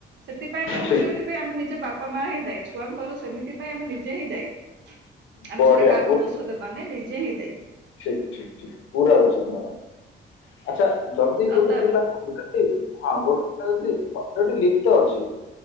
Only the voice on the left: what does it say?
ଠିକ
ବଢିଆ
ଠିକ୍ ଠିକ୍ ଠିକ୍ ପୁରା ଅଛି ତୁମର, ଆଚ୍ଛା ଯଦି
ଗୋଟେ
ପିଲା ଟି ଆଉ ଗୋଟେ ପିଲା ଯଦି ଅଲରେଡି ଲିପ୍ତ ଅଛି